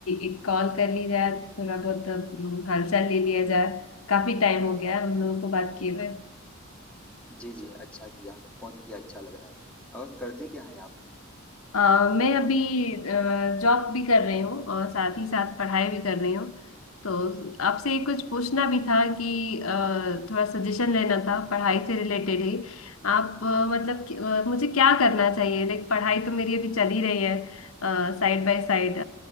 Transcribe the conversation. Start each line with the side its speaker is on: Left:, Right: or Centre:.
Left: एक कॉल कर ली जाए थोड़ा बहुत अम, हालचाल ले लिया जाए काफी टाइम हो गया है हम लोगों को बात किए हुए
Centre: है जी जी अच्छा किया फोन किया अच्छा लग रहा है और करती क्या है आप
Left: अ, मैं अभी जॉब भी कर रही हूँ और साथ ही साथ पढ़ाई भी कर रही हूँ तो आपसे कुछ पूछना भी था कि अ, थोड़ा सजेशन लेना था पढ़ाई से रिलेटेड ही आप अ, मतलब कि- अ, मुझे क्या करना चाहिए लाइक पढ़ाई तो मेरी अभी चल ही रही है साइड बाय साइड